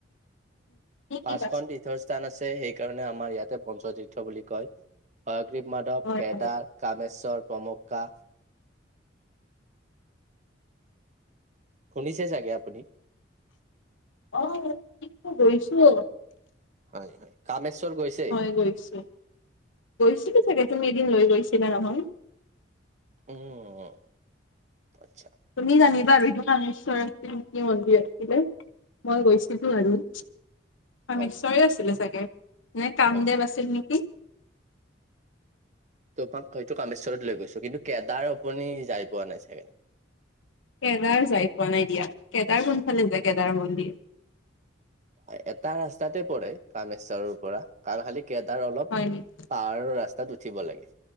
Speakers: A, on the left; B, on the right.
A: কি কি
B: পাঁচখন
A: আছে
B: তীৰ্থস্থান আছে সেইকাৰণে আমাৰ ইয়াত পঞ্চতীৰ্থ বুলি কয় হয়গ্ৰীৱ মাধৱ
A: হয়
B: কেদাৰ
A: হয়
B: কামেশ্বৰ পোৱামক্কা সুনিছে চাগে আপুনি।
A: অহ গৈছো।
B: হয়-হয় কামেশ্বৰ গৈছে
A: মই গৈছো গৈছিলো চাগে তুমি এদিন লৈ গৈছিলা নহয়।
B: উম, আচ্ছা।
A: তুমি জানিবা আৰু এইটো কামেশ্বৰ আছিল কি মন্দিৰ আছিলে। মই গৈছিলো আৰু। হয়
B: হয়
A: নিশ্চয় আছিলে চাগে নে কাম
B: হয়
A: দেৱ আছিল নেকি
B: তোমাক হৈইটো কামেশ্বৰত লৈ গৈছো কিন্তু কেদাৰ আপুনি যাই পোৱা নাই চাগে।
A: কেদাৰ যাই পোৱা নাই দিয়া কেদাৰ কোনফালে যোয় কেদাৰ মন্দিৰ।
B: এটা ৰাস্তাতে পৰে কামেশ্বৰৰ পৰা কাৰণ খালি কেদাৰ অলপ
A: হয় নেকি
B: পাৰ ৰাস্তাত উঠিব লাগে